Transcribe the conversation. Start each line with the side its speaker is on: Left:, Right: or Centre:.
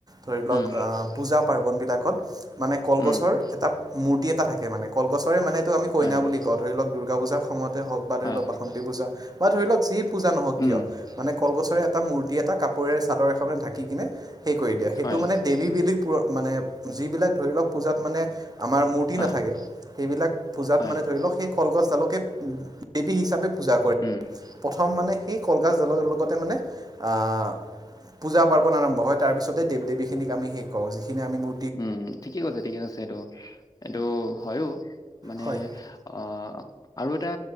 Right: ধৰি লওক
Left: উম,
Right: পূজা পাৰ্বণবিলাকত মানে কলগছৰ
Left: উম,
Right: এটা মূৰ্তি এটা থাকে মানে কলগছৰে মানে এইটো আমি কইনা
Left: হয়,
Right: বুলি কও ধৰি লওক দুূৰ্গা পূজাৰ সময়তে হওক বা ধৰি
Left: হয়,
Right: লওক বাসন্তি পূজা বা ধৰি লওক যি পূজা নহওক
Left: উম,
Right: কিয় মানে কলগছৰে এটা মূৰ্তি এটা কাপোৰে চাদৰ এখনে ঢাকি কিনে সেই কৰি দিয়ে সেইটো
Left: হয়,
Right: মানে দেৱী বুলি <unintelligible> মানে যিবিলাক ধৰি লোৱা পূজাত মানে আমাৰ মূ <unintelligible>
Left: হয়,
Right: নাথাকে সেইবিলাক পূজাত
Left: হয়,
Right: মানে ধৰি লওঁক সেই কলগছডালকে দেবী হিচাপে পূজা কৰে
Left: উম,
Right: প্ৰথম মানে সেই কলগছডালৰ লগতে মানে, অ' পূজা পাৰ্বণ আৰম্ভ হয় তাৰপিছতে দেৱ দেৱীখিনিক আমি শেষ কৰো যিখিন আমি মূ
Left: উম, ঠিকে কৈছে ঠিকে কৈছে এইটো এইটো হয়ো মানে
Right: হয়
Left: অ' আৰু এটা